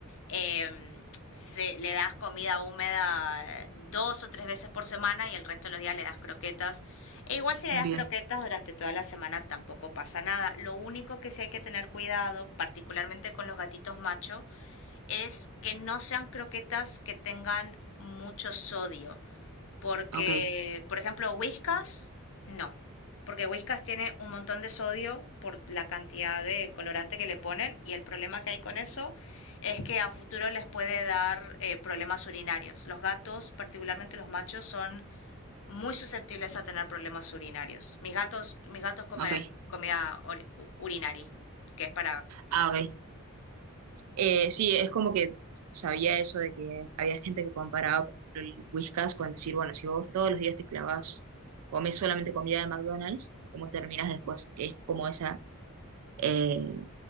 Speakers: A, on the left (about 65°); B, on the right (about 75°).
A: eh, se, le das comida húmeda dos o tres veces por semana y el resto de los días le das croquetas. E igual si le
B: bien,
A: das croquetas durante toda la semana tampoco pasa nada. Lo único que sí hay que tener cuidado, particularmente con los gatitos macho, es que no sean croquetas que tengan mucho sodio. Porque,
B: ok,
A: por ejemplo, Whiskas, no. Porque Whiskas tiene un montón de sodio por la cantidad de colorante que le ponen y el problema que hay con eso es que a futuro les puede dar eh, problemas urinarios. Los gatos, particularmente los machos, son muy susceptibles a tener problemas urinarios. Mis gatos, mis gatos comen
B: ok.
A: comida ori- u- urinari, que es para
B: Ah,
A: gatos.
B: ok. Eh, sí, es como que sabía eso de que había gente que comparaba, por ejemplo, el Whiskas con decir, bueno, si vos todos los días te clavas, comes solamente comida de McDonald's, ¿cómo terminas después? Que es como esa, eh,